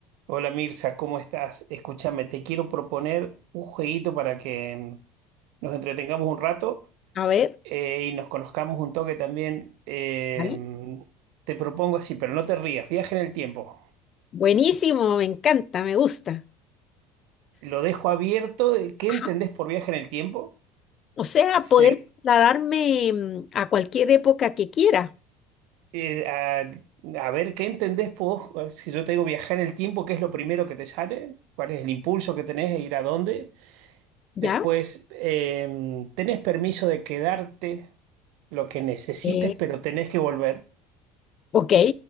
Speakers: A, on the right; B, on the left.
A: Hola Mirza, ¿cómo estás? Escúchame, te quiero proponer un jueguito para que nos entretengamos un rato
B: A ver,
A: eh, y nos conozcamos un toque también. Em,
B: ¿vale?
A: te propongo así, pero no te rías, viaje en el tiempo.
B: buenísimo, me encanta, me gusta.
A: Lo dejo abierto. de ¿Qué
B: Ajá.
A: entendés por viaje en el tiempo?
B: O sea,
A: Se-
B: poder trasladarme mm, a cualquier época que quiera,
A: eh, a, a ver, ¿qué entendés vos? Si yo te digo viajar en el tiempo, ¿qué es lo primero que te sale? ¿Cuál es el impulso que tenés de ir a dónde?
B: ¿ya?
A: Después, em, tenés permiso de quedarte lo que necesites,
B: Eh,
A: pero tenés que volver.
B: Ok,